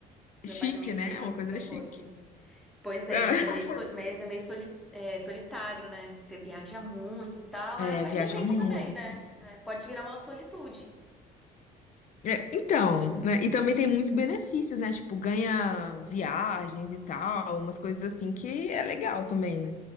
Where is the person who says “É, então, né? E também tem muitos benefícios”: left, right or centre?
Left